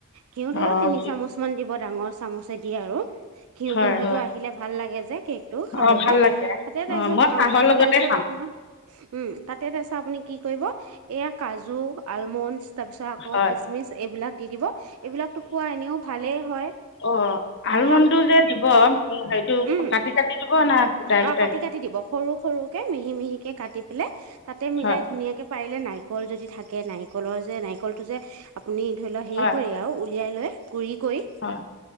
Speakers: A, on the right; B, on the left.
A: ঘিউ
B: অঁ
A: ধৰক তিনি চামুচ মান দিব। ডাঙৰ চামুচে দিয়ে আৰু ঘিউ
B: হয়
A: গোন্ধতটো
B: হয়
A: আহিলে ভাল লাগে। কেকতো খাব
B: অঁ ভাল লাগে
A: তাতে তাৰপছত
B: অঁ মই
A: অ',
B: চাহৰ
A: তাতে
B: লগতে
A: তাৰপিছত
B: খাওঁ
A: আপোনাৰ উ'ম তাতে তাৰপিছত আপুনি কি? কৰিব। এয়া কাজু, আলম মন। তাৰ পিছত আকৌ
B: হয়
A: কিচমিচ এইবিলাক দি দিব। এইবিলাকো খুৱা এনেওঁ ভালেই হয়।
B: অ' আলমণ্ডটো
A: অঁ
B: যে দিব অ'। উ'ম সেইটো
A: উম
B: কাটি- কাটি না গোটাই
A: অ'
B: গোটাই
A: কাটি- কাটি দিব সৰু -সৰুকে মিহি- মিহিকে কাটি হ'লে। তাতে মিলাই
B: হয়
A: ধুনীয়াকে পাৰিলে নাৰিকল যদি থাকে। নাৰিকলৰ যে নাৰিকলটো যে। আপুনি ধৰি লওঁ হেৰি
B: হয়
A: কৰি আৰু উলিয়াই লৈ গুড়ি কৰি
B: হয়